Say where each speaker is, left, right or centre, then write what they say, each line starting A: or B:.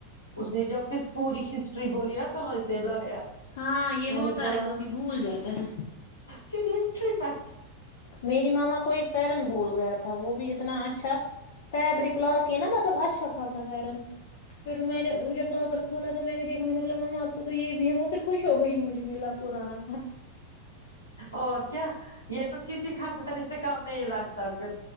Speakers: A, on the left; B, on the left.
A: اس نے جب پھر پوری ہسٹری بولیا کہاں سے لایا
B: ہاں یہ
A: میں نے
B: ہوتا
A: بولا
B: ہے کبھی بھول جاتا ہے
A: پھر ہسٹری پٹ
B: میری ماما کوئی فرن بول گیا تھا وہ بھی اتنا اچھا <inaudible> فیبرکلا کے نا مطلب اچھا رن پھر میں نے جب لاکر کھولا تو میں نے دیکھ نے ب مام آپ کو تو یہ بھی ہے وہ پھر خوش ہو گئی مجھے ملا پرانا
A: اور کیا یہ تو کسی کزانے سے کم نہیں لگتا پھر